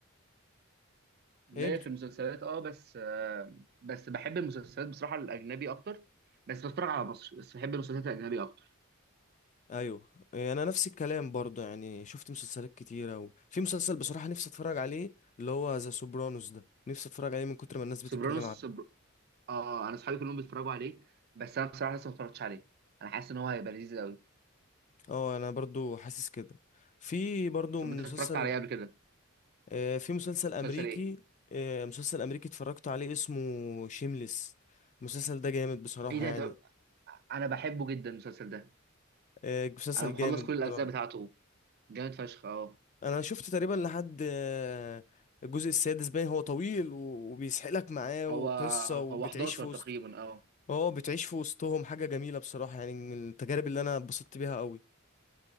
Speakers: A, on the right; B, on the left.
A: ليا
B: ايه بت...
A: في المسلسلات اه بس آه بس بحب المسلسلات بصراحه الاجنبي اكتر بس بتفرج على مصر بس بحب المسلسلات الاجنبي اكتر
B: ايوه آه، انا نفس الكلام برضو يعني شفت مسلسلات كتيره وفي مسلسل بصراحه نفسي اتفرج عليه اللي هو ذا سوبرانوس ده نفسي اتفرج عليه من كتر ما الناس
A: سوبرانوس
B: بتتكلم عنه
A: سبر... اه انا اصحابي كلهم بيتفرجوا عليه بس انا بصراحه لسه ما اتفرجتش عليه انا حاسس ان هو هيبقى لذيذ قوي
B: اه انا برضو حاسس كده في برضو
A: طب
B: مسلسل
A: انت اتفرجت عليه قبل كده
B: آه، في مسلسل امريكي
A: مسلسل ايه
B: آه، مسلسل امريكي اتفرجت عليه اسمه شيمليس المسلسل ده جامد بصراحه
A: ايه
B: يعني
A: ده طب انا بحبه جدا المسلسل ده
B: آه، مسلسل
A: انا مخلص
B: جامد
A: كل الاجزاء
B: بصراحة
A: بتاعته جامد فشخ اه
B: انا شفت تقريبا لحد آه، الجزء السادس باين هو طويل و- وبيسحلك معاه وقصة
A: هو
B: وبتعيش
A: هو 11
B: في وسط
A: تقريبا اه
B: اه بتعيش في وسطهم حاجة جميلة بصراحة يعني من التجارب اللي انا اتبسطت بيها قوي